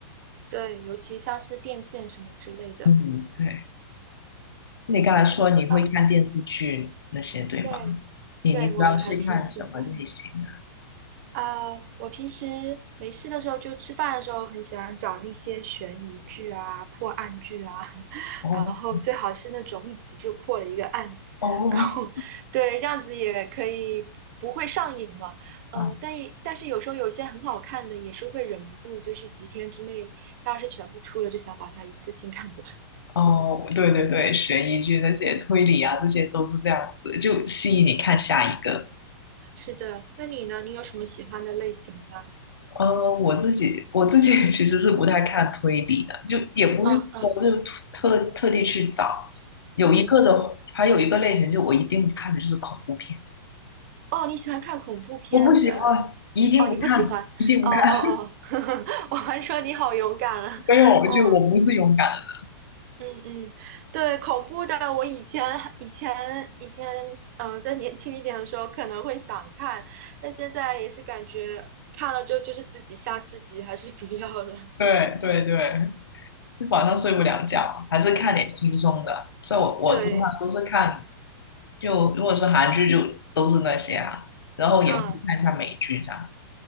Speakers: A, on the right (about 45°); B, on the left (about 80°).
A: 对，尤其像是电线什么之类的，
B: 嗯，对。你刚才说你会看电视剧那些，
A: 嗯，啊，
B: 对吗？
A: 对，
B: 你你主要是看什么类型啊？
A: 对，我还挺喜欢啊。我平时没事的时候，就吃饭的时候，很喜欢找那些悬疑剧啊、破案剧啊，<laughs>
B: 哦
A: 然后最好是那种一集就破了一个案子，
B: 哦
A: 然后对，这样子也可以不会上瘾嘛。嗯、
B: <laughs> 啊
A: 但也但是有时候有些很好看的，也是会忍不住，就是几天之内，它要是全部出了，就想把它一次性看完。<laughs>
B: 哦，
A: 对。
B: 对对对，悬疑剧那些推理啊，这些都是这样子，就吸引你看下一个。
A: 是的，那你呢？你有什么喜欢的类型吗？
B: 呃，我自己我自己 <laughs> 其实是不太看推理的，就也不会说就特特地去找。
A: 嗯嗯
B: 有一个的，
A: 嗯，
B: 还有一个类型，就我一定不看的就是恐怖片，
A: 哦，你喜欢看恐怖片的？
B: 我不喜欢，一定不看，
A: 哦，你不喜欢？
B: 一定不看。
A: 哦哦哦，
B: <laughs>
A: <laughs> 我还说你好勇敢啊！
B: 没有，
A: 嗯
B: 就我不是勇敢的人。
A: 嗯嗯，对，恐怖的，我以前以前以前，嗯，在年轻一点的时候可能会想看，但现在也是感觉看了之后就是自己吓自己，还是不要了。
B: 对对对，晚上睡不了觉，还是看点轻松的。所以我我通常都是看，
A: 对，
B: 就如果是韩剧就都是那些啊，然后也会看一下美剧这样。
A: 嗯